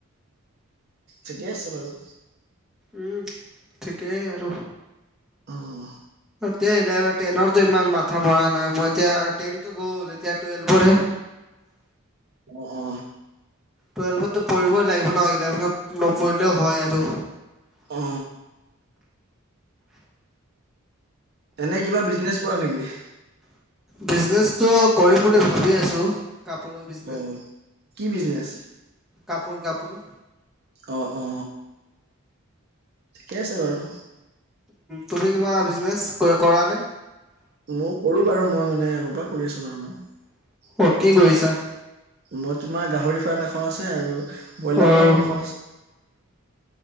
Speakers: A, on the right; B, in the centre.
A: ঠিকে আছে বাৰু
B: উম ঠিকেই আৰু
A: উম,
B: তে টেনতো ইমান মাথা মৰা নাই মই এতিয়া টেনতো গল এতিয়া টুৱেলভৰতহে,
A: অ অ
B: টুৱেলভততো পঢ়িবই লাগিব ন ইলেভেনত নপঢ়িলেও হয় আৰু
A: অ এনে কিবা বিজনেচ কৰা নেকি।
B: বিজনেচটো কৰিম বুলি ভাবি আছো। কাপোৰৰ বিজনেছ।
A: অ কি বিজনেচ?
B: কাপোৰ কাপোৰ।
A: অ অ ঠিকে আছে বাৰু
B: তুমি কিবা বিজনেছ কৰা নে?
A: ময়ো কৰো বাৰু মই মানে ক'বাত, কৰিছোঁ বাৰু মই।
B: অ' কি কৰিছা
A: মই তোমাৰ গাহৰি ফাৰ্ম আছে আৰু ব্ৰইলাৰ
B: অ'
A: ফাৰ্ম দুখন আছে